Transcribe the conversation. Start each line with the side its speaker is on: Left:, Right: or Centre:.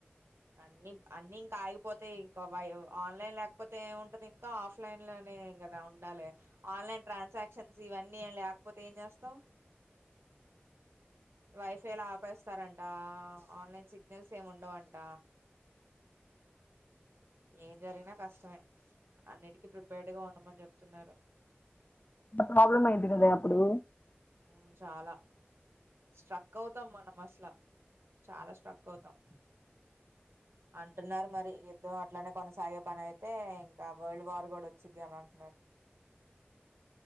Right: అన్నిీ అన్నిీ ఇంక ఆగిపోతయి ఇంకా ఆన్లైన్ లేకపోతే ఏం ఉంటది ఇంకా ఆఫ్లైన్లోనే కదా ఉండాలి ఆన్లైన్ ట్రాన్సాక్షన్స్ ఇవన్నీ లేకపోతే ఏం చేస్తావు వైఫైలో ఆపేస్తారంటా ఆన్లైన్ సిగ్నల్స్ ఏమి ఉండవుంట ఏం జరిగిన కష్టమే అన్నిటికీ ప్రిపేర్డ్గా ఉండమని చెప్తున్నారు
Left: ప్రాబ్లమ్ అయ్యిద్ది కదె అప్పుడు
Right: మ్ చాల స్ట్రక్ అవుతాం మనం అస్ ట్ల చాల స్ట్రక్ అవుతాం అంటున్నారు మరి యుద్ధం అట్లనే కొనసాగే పని అయితే ఇంకా వరల్డ్ వార్ కూడా వచ్చిది అని అంటున్నారు